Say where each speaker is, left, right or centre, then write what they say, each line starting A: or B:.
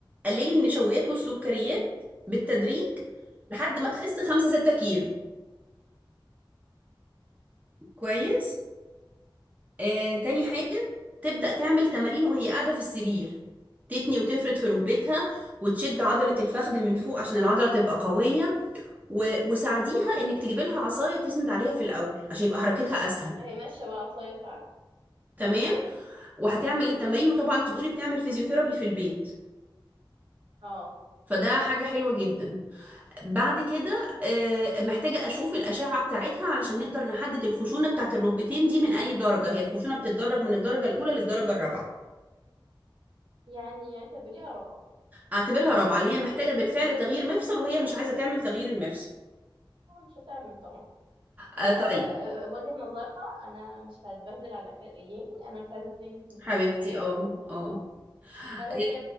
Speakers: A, on the right; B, on the right.
A: قللي النشويات والسكريات بالتدريج لحد ما تخس 5 6 كيلو كويس آه، تاني
B: ماشي
A: حاجة تبدأ تعمل تمارين وهي قاعدة في السرير تتني وتفرد في ركبتها وتشد عضلة الفخذ من فوق عشان العضلة تبقى قوية و... وساعديها انك تجيبي لها عصاية تسند عليها في الأول عشان يبقى حركتها أسهل
B: ما هي ماشيه بالعصايه فعلا
A: تمام وهتعمل التمارين وطبعا انت بتقولي بتعمل فيزيوثيرابي في البيت
B: اه
A: فده حاجة حلوة جدا بعد كده آه، محتاجة أشوف الأشعة بتاعتها علشان نقدر نحدد الخشونة بتاعت الركبتين دي من أي درجة هي الخشونة بتتدرج من الدرجة الأولى للدرجة الرابعة
B: يعني اعتبريها رابعه
A: اعتبرها رابعة اللي هي محتاجة
B: <laughs>
A: بالفعل تغيير مفصل وهي مش عايزة تعمل تغيير المفصل
B: آه، مش هتعمل طبعا
A: آه
B: هي
A: طيب
B: آه، آه، وجهة نظرها انا مش هتبهدل على اخر ايامي انا مش عايزه تريني في مستشفيات
A: حبيبتي اه
B: انا
A: اه
B: انا
A: آه،
B: فهي